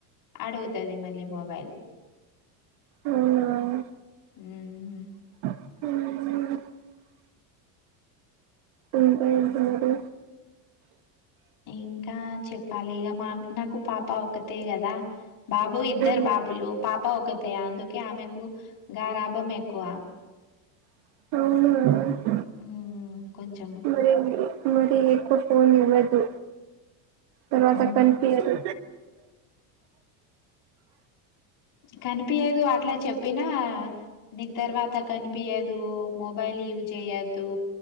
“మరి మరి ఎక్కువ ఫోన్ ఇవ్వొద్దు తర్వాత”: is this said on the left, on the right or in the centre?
Right